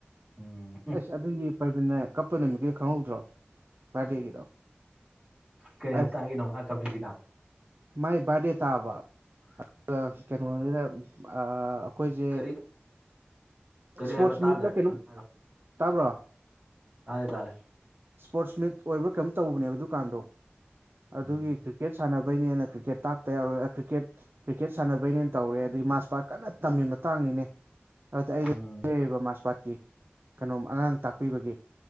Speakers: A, on the right; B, on the right.
A: ꯎꯝ
B: ꯑꯩꯁ ꯑꯗꯨꯒꯤ ꯄ꯭ꯔꯕꯤꯟꯟꯅ ꯀꯞꯄ ꯅꯨꯃꯤꯠꯀꯤꯗꯣ ꯈꯪꯍꯧꯗ꯭ꯔꯣ ꯕꯥꯔꯗꯦꯒꯤꯗꯣ
A: ꯀꯩ ꯃꯇꯥꯡꯒꯤꯅꯣ
B: ꯑꯁ
A: ꯃꯥ ꯀꯞꯄꯤꯖꯤꯅ
B: ꯃꯥꯏ ꯕꯥꯔꯗꯦ ꯇꯥꯕ ꯑꯗꯨꯒ ꯀꯩꯅꯣꯖꯤꯅ ꯑꯥ ꯑꯈꯣꯏꯖꯦ
A: ꯀꯔꯤ ꯀꯔꯤ
B: ꯏꯁ꯭ꯄꯣꯔꯠꯁ
A: ꯍꯥꯏꯕ ꯇꯥꯗ꯭ꯔꯦ
B: ꯃꯤꯠꯂ ꯀꯩꯅꯣꯝ
A: ꯑꯝꯇ
B: ꯇꯥꯕ꯭ꯔꯣ
A: ꯇꯥꯢꯌꯦ ꯇꯥꯔꯦ
B: ꯁ꯭ꯄꯣꯔꯠꯁ ꯃꯤꯠ ꯑꯣꯏꯕ꯭ꯔꯥ ꯀꯩꯌꯝ ꯇꯧꯕꯅꯦꯕ ꯑꯗꯨꯀꯥꯟꯗꯣ
A: ꯎꯝ
B: ꯑꯗꯨꯒꯤ ꯄ꯭ꯔꯤ ꯀ꯭ꯔꯤꯀꯦꯠ ꯁꯥꯟꯅꯕꯩꯅꯦꯅ ꯀꯔꯤꯀꯦꯠ ꯇꯥꯛꯇ ꯌꯥꯔꯣꯏ ꯑꯥ ꯀ꯭ꯔꯤꯀꯦꯠ ꯀ꯭ꯔꯤꯀꯦꯠ ꯁꯥꯟꯅꯕꯩꯅꯦꯅ ꯇꯧꯔꯦ ꯑꯗꯩ ꯃꯥꯔꯁ ꯄꯥꯔꯠ ꯀꯟꯅ ꯇꯝꯃꯤ ꯃꯇꯥꯡꯅꯤꯅꯦ ꯑꯗ ꯑꯩꯗꯤ
A: ꯎꯝ
B: ꯏꯔꯩꯕ ꯃꯥꯔꯁ ꯄꯥꯠꯀꯤ ꯀꯩꯅꯣꯝ ꯑꯉꯥꯡ ꯇꯥꯛꯄꯤꯕꯒꯤ